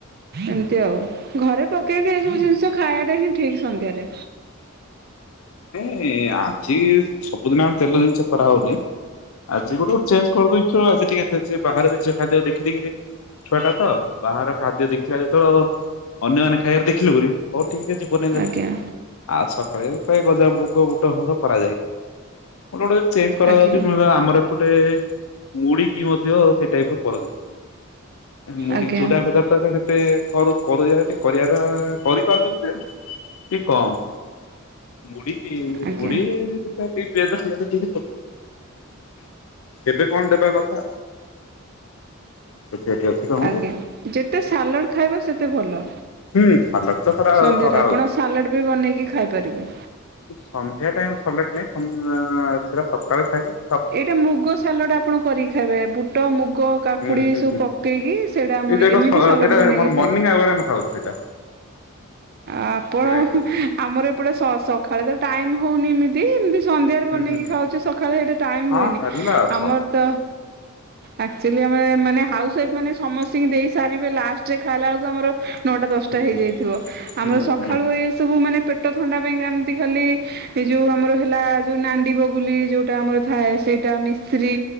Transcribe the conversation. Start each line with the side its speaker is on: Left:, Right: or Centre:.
Right: ଏମିତି ଆଉ ଘରେ ପକେଇକି ଏସବୁ ଜିନିଷ ଖାଇବାାରେ ହିଁ ଠିକ୍ ସନ୍ଧ୍ୟାରେ
Left: ନ ଆଜି ସବୁଦିନ ଆମେ ତେଲ ଜିନିଷ ଖା ହଉନି ଆଜି ଗୋଟେ ଚେଞ୍ଜ କରିଦେଇଛୁ ଆଜି ଟିକେ ଏତେ ବାହାର ଜିନିଷ ଖାଦ୍ୟ ଦେଖିଦକିରି ଛୁଆ ଟା ତ ବାହାର ଖାଦ୍ୟ ଦେଖିଲେ ଯେତେବେଳେ ଅନ୍ୟମାନୋନେ ଖାଇବାରେ ଦେଖିଲୁ ବୋଲି ଠିକ୍ ଅଛି ବନେଇଦେଲୁ
Right: ଆଜ୍ଞା
Left: ଆଉ ସକାଳେ ପ୍ରାୟ ଗଜା ବୁଗ ବୁଟୁଡ କରାଯାଇଥାଏ ମୋ ଗୋଟେ ଚେଞ୍ଜ କରାଯାଉଛି
Right: ଆଜ୍ଞା
Left: ନହେଲେ ଆମର ଏପଟେ ମୁଡିିକି ମଧ୍ୟ ସେଇ ଟାଇପ ର କରନ୍ତି। ମୁଢ଼ି
Right: ଆଜ୍ଞା
Left: ଚୁଡା ଭଜ ତ ସେତେ କରୁ କରୁଚନ୍ତି ଟିକେ କରିବା କରିପାରୁଛନ୍ତି ଯେ କି କମ୍ ବଢୀଶହ
Right: ଆଜ୍ଞା
Left: ଦି ପିଆଜ େଇେଇ ଖ ଏବେ କଣ ଦେବା କଥା ଛୁଆଟେ ଅଛି ତମର
Right: ଆଜ୍ଞା ଯେତେ ସାଲାଣ ଖାଇବ ସେତ ଏତେ ଭଲ
Left: ହୁଁ ସାଲାଡ୍ ତ କରା
Right: ସନ୍ଧ୍ୟାରେ
Left: କରା
Right: ଆପଣ
Left: ହଉଛି।
Right: ସାଲାଡ଼ ବି ବନେଇକି ଖାଇପାରିବେ
Left: ସନ୍ଧ୍ୟା ଟାଇମ ସଲେଟ ନାଇଁ ଥିଲା ସକାଳେ ସାଇଲେ
Right: ଏଇଟା ମୁଗ ସାଲଡ ଆପଣ କରିକି ବେ ବୁଟ ଟ ମୁଗ କାକୁଡି
Left: ହୁଁ
Right: ସବୁ
Left: ହୁଁ
Right: ପକେଇକି ସେଟା ଆମ
Left: ଏଇ ଯାକ
Right: ଏମି
Left: ସ
Right: ସାଲ
Left: ସେଇଟା
Right: ବନେଇକି
Left: ମୋର
Right: ଖାଇ
Left: ମର୍ଣ୍ଣିଂ ଆୱାର ଆମେ ଖାଉଛୁ ସେଇଟା
Right: ଆପଣ
Left: ସେ ଆଇଟମ
Right: ଆମର ଏପଟେ ସଳେ ହନ ଏମି ଦେ ଏମ ସନ୍ଧ୍ୟାରେ
Left: ହୁଁ
Right: ବନେଇକି
Left: ହୁଁ ହୁଁ।
Right: ଖାଉଛି ସକାଳେ ସେଇଟା ଟାଇମ
Left: ହଁ
Right: ହୁଏନି
Left: ହେଲା ସବୁ
Right: ଆମର ତ ଆଚୁଆଲି ଆମେ ମାନେ ହାଉସ ୱାଇଫ୍ ମାନେ ସମସ୍ତଙ୍କୁ ଦେଇ ସାରିବେ ଲାଷ୍ଟରେ ଖାଇଲା ବେଳକୁ ଆମର ନଅଟା ଦଶଟା
Left: ହୁଁ
Right: ହେଇଯାଇଥିବ।
Left: ହୁଁ
Right: ଆମର
Left: ହୁଁ
Right: ସକାଳୁ
Left: ହୁଁ
Right: ଏଇ ସବୁ ମାନେ ପେଟ ଥଣ୍ଡା ପାଇଁକା ଏମିତି ଖାଲି ଏଇ ଯୋଉ ଆମର ହେଲା ଯୋଉ ନାଣ୍ଡି ବଗ୍ ବୁଲି ଯୋଉଟା ଆମର ଥାଏ ସେଇଟା ମିସ୍ରି